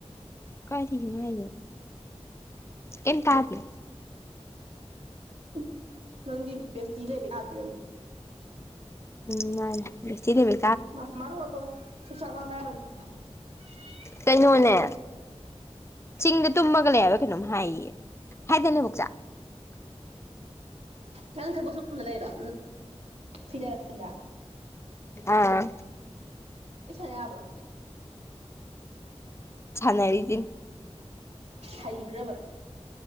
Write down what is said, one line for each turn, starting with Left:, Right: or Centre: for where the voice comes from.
Left: ꯀꯔꯤꯉ ꯑꯦꯟ ꯇꯥꯗ
Right: ꯎ ꯅꯪꯗꯤ ꯕꯦꯁꯇꯤ ꯂꯩꯕ ꯌꯥꯗ꯭ꯝꯅꯤ
Left: ꯎꯝ ꯃꯥ ꯁ ꯏꯅꯦꯕ
Right: ꯃꯃꯥꯗꯣꯟ <inaudible>
Left: ꯀꯩꯅꯣꯅꯦ ꯆꯤꯡꯗ ꯇꯨꯝꯃꯒ ꯂꯩꯕ ꯀꯩꯅꯣꯝ ꯍꯥꯏꯌꯦ ꯍꯥꯏꯗꯅꯦꯕꯨꯛꯆꯥꯥ ꯑꯣ
Right: ꯅꯪ ꯊꯄ ꯁꯗ ꯂꯩꯔꯣ ꯐꯤꯗꯗ
Left: ꯑꯥ
Right: ꯌꯥꯕ꯭ꯔꯣ
Left: ꯆꯅ ꯍꯥꯏꯔꯤꯗꯤ
Right: ꯍꯩꯕ꯭ꯔꯕ